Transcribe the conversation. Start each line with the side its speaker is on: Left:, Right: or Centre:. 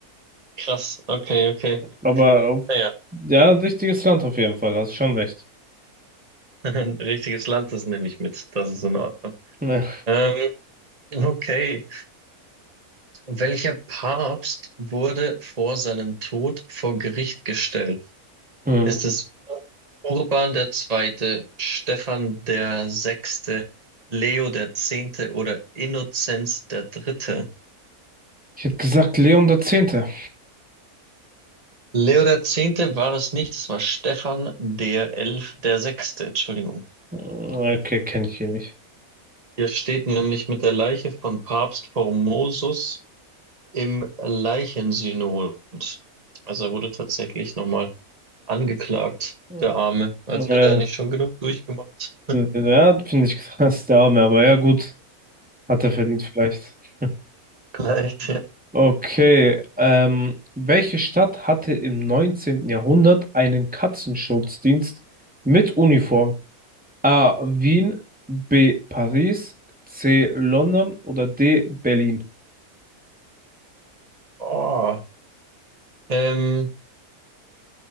Right: Krass, okay, okay.
Centre: Aber auf,
Right: Naja,
Centre: ja, wichtiges Land auf jeden Fall, hast schon recht.
Right: <laughs> ein richtiges Land, das nehme ich mit. Das ist in Ordnung.
Centre: Ja.
Right: Ähm, okay. Welcher Papst wurde vor seinem Tod vor Gericht gestellt?
Centre: Hm.
Right: Ist es Urban der Zweite, Stephan der Sechste, Leo der Zehnte oder Innozenz der Dritte?
Centre: Ich hätte gesagt Leon der Zehnte.
Right: Leo der Zehnte war es nicht, es war Stephan der Elf, der Sechste, Entschuldigung.
Centre: Okay, kenne ich hier nicht.
Right: Hier steht nämlich mit der Leiche von Papst Formosus im Leichensynod. Also er wurde tatsächlich nochmal angeklagt,
Centre: Ja,
Right: der Arme, als
Centre: äh,
Right: hätte er nicht schon genug durchgemacht.
Centre: ja finde ich <laughs> krass, der Arme, aber ja gut, hat er verdient vielleicht. <laughs>
Right: Vielleicht, ja.
Centre: Okay, ähm, welche Stadt hatte im neunzehnten Jahrhundert einen Katzenschutzdienst mit Uniform? A. Wien, B. Paris, C. London oder D. Berlin?
Right: Oh, ähm,